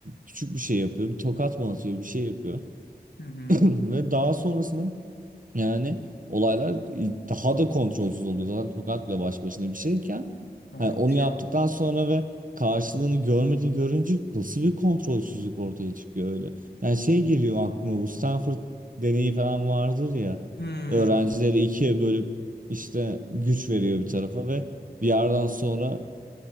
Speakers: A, on the right; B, on the left.
A: Küçük bir şey yapıyor. Bir tokat mı atıyor bir şey yapıyor. <clears throat>
B: Hı hı.
A: Ve daha sonrasında yani olaylar daha da kontrolsüz oluyor. Zaten tokat bile baş başına bir şeyken
B: Evet
A: hani onu yaptıktan
B: ya.
A: sonra ve karşılığını görmediğini görünce nasıl bir kontrolsüzlük ortaya çıkıyor öyle. Yani şey geliyor aklıma bu Stanford deneyi falan vardır ya.
B: Hı
A: Öğrencileri ikiye bölüp işte güç veriyor bir tarafa ve bir yerden sonra